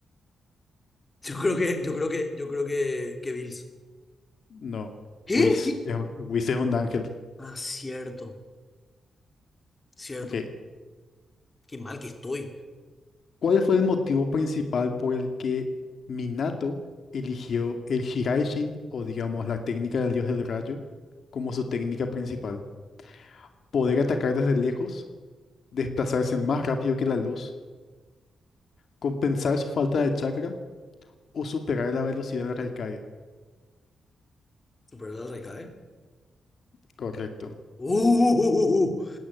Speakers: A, on the left; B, on the left.
A: Yo creo que, yo creo que, yo creo que, que Bills.
B: No,
A: ¿Qué?
B: Whis.
A: ¿Qué?
B: es un- Whis es un ángel.
A: Ah, cierto, cierto.
B: Ok.
A: Qué mal que estoy.
B: ¿Cuál fue el motivo principal por el que Minato eligió el Hiraishin, o digamos la técnica del dios del rayo, como su técnica principal? Poder atacar desde lejos, desplazarse más rápido que la luz, compensar su falta de chakra o superar la velocidad de la Raikage.
A: Superó la reca, ¿eh?
B: Correcto.
A: Uh, uh, uh, uh.